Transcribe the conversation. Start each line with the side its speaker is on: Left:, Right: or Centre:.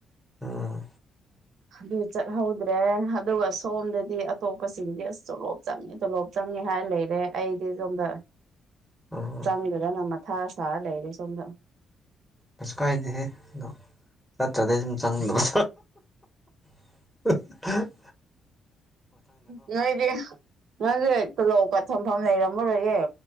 Centre: ꯎꯝ
Right: ꯍꯂꯣ ꯆꯠꯍꯧꯗ꯭ꯔꯦ ꯑꯗꯨꯒ ꯁꯣꯝꯗꯗꯤ ꯑꯇꯣꯞꯄꯁꯤꯡꯗꯤ ꯑꯁ ꯇꯣꯂꯣꯞ ꯆꯪꯉꯦ ꯇꯣꯂꯣꯞ ꯆꯪꯉꯦ ꯍꯥꯏ ꯂꯩꯔꯦ ꯑꯩꯗꯤ ꯁꯣꯝꯗ
Centre: ꯎꯝ
Right: ꯆꯪꯗꯨꯗꯅ ꯅꯝꯃ ꯊꯥ ꯁꯥ ꯂꯩꯔꯦ ꯁꯣꯝꯗ
Centre: ꯀꯩꯁꯨ ꯀꯥꯏꯗꯦꯍꯦ ꯑꯗꯣ ꯆꯠꯇ꯭ꯔꯗꯩ ꯁꯨꯝ ꯆꯪꯗꯕ <inaudible>
Right: ꯎ ꯅꯣꯏꯗꯤ ꯅꯪꯁ ꯈꯨꯜꯂꯧꯄꯊꯝꯐꯝ ꯂꯩꯔꯝꯃꯔꯣꯏꯌꯦꯦ